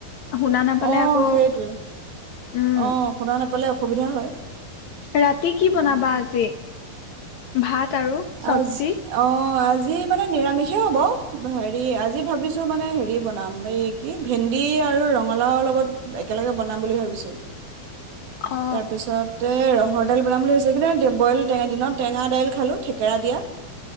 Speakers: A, on the left; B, on the right.
A: শুনা নাপালে
B: অ',
A: আকৌ
B: সেইটোৱে।
A: উম
B: অ', শুনা নাপ পালে অসুবিধা হয়।
A: ৰাতি কি
B: উম,
A: বনাবা আজি? ভাত। আৰু চব্জি
B: আজ অ', আজ আজি মানে নিৰামিষে হ'ব। হেৰি আজি ভাবিছোঁ মানে হেৰি বনাম এই কি ভেন্দি আৰু ৰঙালাও লগত একেলগে বনাম বুলি ভাবিছোঁ।
A: অ
B: তাৰপিছতে ৰ ৰহৰ দাইল বনাব বুলি ভাবিছিলো, কিন্তু বইল টেঙা দিনত টেঙা দাইল খালো খে কেৰা দিয়া।